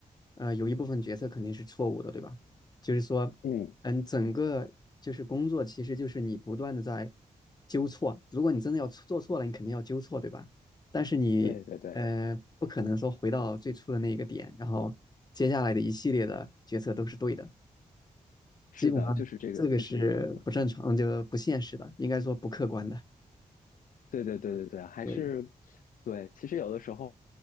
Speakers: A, on the left; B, on the left.
A: 呃，有一部分决策肯定是错误的，对吧？就是说，
B: 嗯。
A: 嗯，整个就是工作，其实就是你不断的在纠错。如果你真的要做错了，你肯定要纠错，对吧？但是你，
B: 对对对，
A: 呃，不可能说回到最初的那个点，然后接下来的一系列的决策都是对的，
B: 是的，
A: 基本上这个是不正常，
B: 就是这个，就是这个样子。
A: 就不现实的，应该说不客观的。
B: 对对对对对，还是
A: 对，
B: 对。其实有的时候，